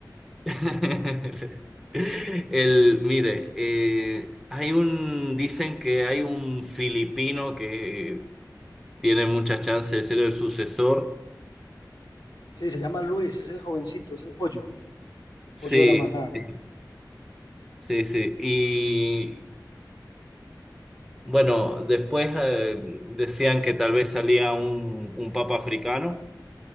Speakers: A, in the centre; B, on the left.
A: <laughs> El, mire, eh, hay un, dicen que hay un filipino que tiene muchas chances de ser el sucesor.
B: Sí, se llama Luis, es el jovencito, es el pollo, el pollo
A: Sí,
B: de la manada.
A: sí, sí, sí. Y bueno, después eh, decían que tal vez salía un, un papa africano.